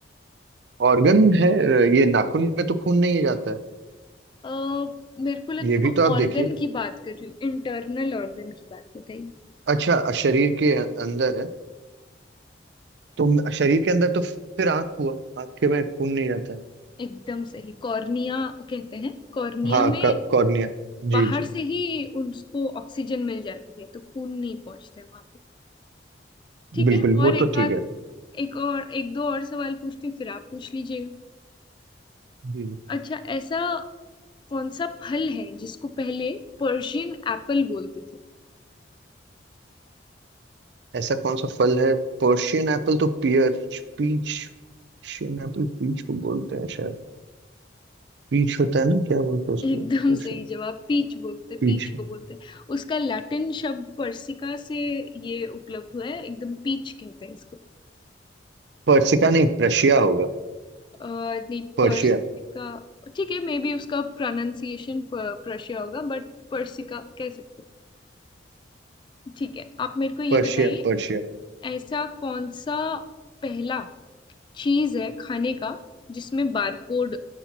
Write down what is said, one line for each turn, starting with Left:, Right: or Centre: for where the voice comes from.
Right: ऑर्गन है ये नाखून में तो खून नहीं जाता है
Left: अ, मेरे को लगता
Right: ये
Left: है
Right: भी
Left: वो
Right: तो आप देखिए
Left: ऑर्गन की बात कर रही हूँ इंटरनल ऑर्गन की बात बताइए
Right: अच्छा शरीर के अंदर है तो म- शरीर के अंदर तो फिर आंख हुआ आंख के में खून नहीं जाता है
Left: एकदम सही कॉर्निया कहते हैं कॉर्निया
Right: हाँ
Left: में
Right: कॉर्निया जी
Left: बाहर
Right: जी
Left: से ही उसको ऑक्सीजन मिल जाती है तो खून नहीं पहुंचते वहां पे ठीक
Right: बिल्कुल
Left: है और
Right: वो
Left: एक
Right: तो ठीक
Left: आध
Right: है
Left: एक और एक दो और सवाल पूछती हूँ फिर आप पूछ लीजिएगा
Right: जी जी
Left: अच्छा ऐसा कौन सा फल है जिसको पहले पर्शियन एप्पल बोलते थे
Right: ऐसा कौन सा फल है पर्शियन एप्पल तो pear Peach Persian apple peach को बोलते हैं शायद पीच होता है ना क्या बोलते हैं उसको
Left: एकदम
Right: पर्शियन
Left: सही जवाब पीच बोलते
Right: पीच
Left: पीच को
Right: है
Left: बोलते उसका लैटिन शब्द पर्सिका से ये उपलब्ध हुआ है एकदम पीच कहते हैं इसको
Right: पर्सिका नहीं प्रशिया होगा
Left: अ, नहीं
Right: Persia
Left: पर्सिका ठीक है मे बी उसका प्रोनाउंसिएशन प्रशिया होगा बट पर्सिका कह सकते हैं। ठीक है आप मेरे को ये
Right: Persia
Left: बताइए
Right: Persia
Left: ऐसा कौन सा पहला चीज है खाने का जिसमें बारकोड